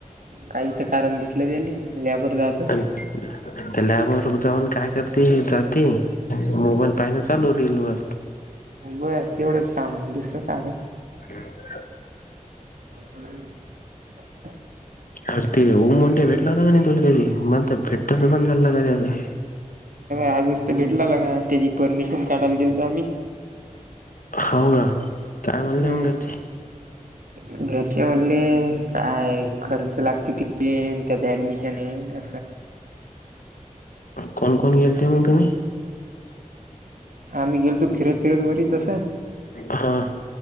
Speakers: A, on the right; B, on the left.
A: काही तर कारण भेटलं गेले यावर जायचं
B: ह त्या लॅबवरर जाऊन काय करते जाते मोबाईल पाहिला चालू रेल वर
A: बस तेवढंच काम दुसरं काय आहे
B: हम
A: हसल त
B: अर ते उ म्हंट भेटला होता का नाही तुला कधी भेटता पण झाला कधता
A: आजच तर भेटला लागणार त्याची परमिशन काढायला गेलो आम्ही
B: हाव ना काय म्हणले
A: हम्म
B: मग घरचे
A: घरचे म्हधले काय खर्च लागते किती आणि त्याचं ऍडमिशन आहे न
B: कोण कोण गेलते मग तुम्ही
A: आम्ही गेलतो फिरत फिरत वर तस
B: हा